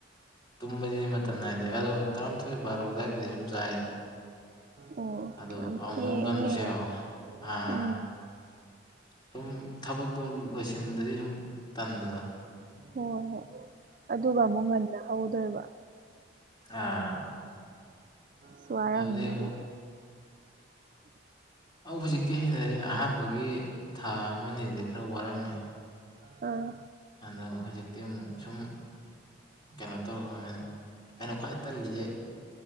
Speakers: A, on the left (about 25°); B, on the right (about 45°).
A: ꯇꯨꯝꯕꯗꯤꯗꯤ ꯃꯇꯝ ꯅꯥꯏꯗꯦ ꯑꯗꯣ ꯇꯔꯥꯃꯥꯊꯣꯏ ꯕꯥꯔꯣ ꯑꯗꯨꯋꯥꯏꯗꯗꯤ ꯁꯨꯝ ꯆꯥꯏ
B: ꯑꯣ
A: ꯑ
B: ꯌꯥꯝ
A: ꯑꯃꯨꯛꯃꯨꯛ
B: ꯊꯦꯡꯉꯦ
A: ꯉꯟꯕꯁꯨ ꯌꯥꯎ ꯑꯥ
B: ꯎꯝ
A: ꯁꯨꯝ ꯊꯕꯛꯇꯣ ꯂꯣꯏꯁꯤꯟꯗꯗꯤ ꯁꯨꯝ ꯇꯟꯕꯗ
B: ꯍꯣꯏ ꯍꯣꯏ ꯑꯗꯨꯒ ꯑꯃꯨꯛ ꯉꯟꯅ ꯍꯧꯗꯣꯏꯕ
A: ꯑꯥ
B: ꯁ꯭ꯋꯥꯔꯝꯅꯤꯗꯤ
A: ꯑꯗꯨꯗꯩ ꯑꯃꯨꯛ ꯑ ꯍꯧꯖꯤꯛꯇꯤ ꯍꯦꯡꯅꯔꯦ ꯑꯍꯥꯟꯕꯒꯤ ꯊꯥ ꯑꯃꯅꯤꯗꯗꯤ ꯈꯔ ꯋꯥꯔꯝꯃꯦ
B: ꯑꯥ
A: ꯑꯗꯣ ꯍꯧꯖꯤꯛꯇꯤ ꯑꯃꯨꯛ ꯁꯨꯝ ꯀꯩꯅꯣ ꯇꯧ ꯑꯩꯅ ꯈ꯭ꯋꯥꯏ ꯇꯜꯂꯤꯁꯦ